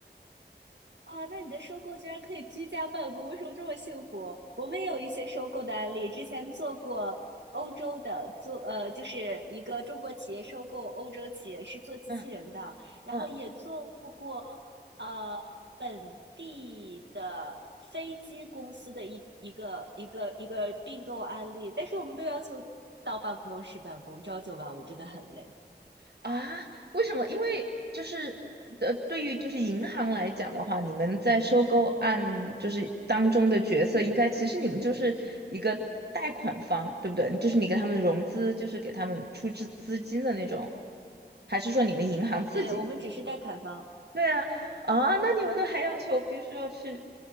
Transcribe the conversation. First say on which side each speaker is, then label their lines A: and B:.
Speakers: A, on the right; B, on the right.
A: 啊。那你的收购居然可以居家办公，为什么这么幸福？我们也有一些收购的案例，之前做过。欧洲的做呃，就是一个中国企业收购欧洲企业是做机器人的，
B: 嗯
A: 然后也做
B: 嗯
A: 呃，本地的飞机公司的一一个一个一个并购案例，但是我们都要求到办公室办公，朝九晚五真的很累。
B: 啊，为什么？因为就是呃，对于就是银行来讲的话，你们在收购案就是当中的角色，应该其实你们就是一个贷款方，对不对？就是你给他们融资，就是给他们出资资金的那种，还是说你们银行自己？
A: 对，我们只是代砍方，
B: 对啊啊，那你们都还要求必须要去